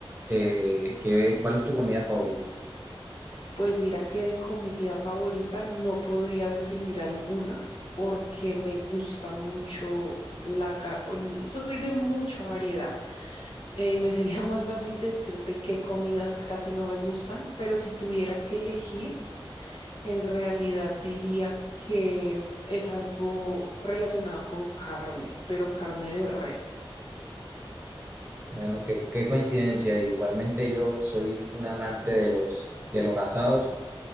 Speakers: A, on the right (about 20°); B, on the left (about 70°).
A: eh, ¿qué- cuál es tu comida favorita?
B: Pues mira que de comida favorita no podría definir alguna porque me gusta mucho la... ga- ol- Soy de mucha variedad. Eh, me sería <laughs> más fácil decirte qué comidas casi no me gustan, pero si tuviera que elegir, en realidad diría que es algo relacionado con carne, pero carne de res.
A: Bueno, qué, qué coincidencia. Igualmente yo soy un amante de los, de los asados